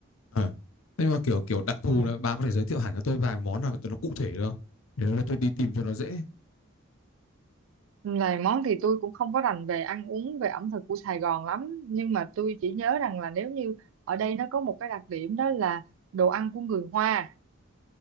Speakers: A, on the left (about 75°); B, on the right (about 70°).
A: ờ. nhưng mà kiểu kiểu đặc thù
B: ừ.
A: là bà có thể giới thiệu hẳn cho tôi vài món nào cho nó cụ thể được không? Để nó- tôi đi tìm cho nó dễ.
B: Này món thì tôi cũng không có rành về ăn uống về ẩm thực của Sài Gòn lắm nhưng mà tôi chỉ nhớ rằng là nếu như ở đây nó có một cái đặc điểm đó là đồ ăn của người Hoa